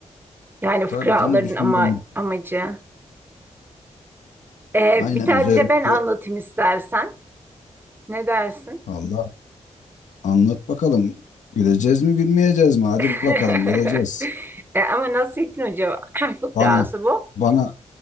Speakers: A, on the right; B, on the left.
A: Yani fıkraların
B: Tabii canım düşündüm.
A: ama amacı. Ee,
B: Aynen
A: bir tane
B: özellikle.
A: de ben anlatayım istersen. Ne dersin?
B: Allah anlat bakalım. Güleceğiz mi gülmeyeceğiz mi? Hadi
A: <laughs>
B: bakalım göreceğiz.
A: E, ama Nasrettin Hoca <clears throat> <laughs> fıkrası
B: Bana
A: bu.
B: bana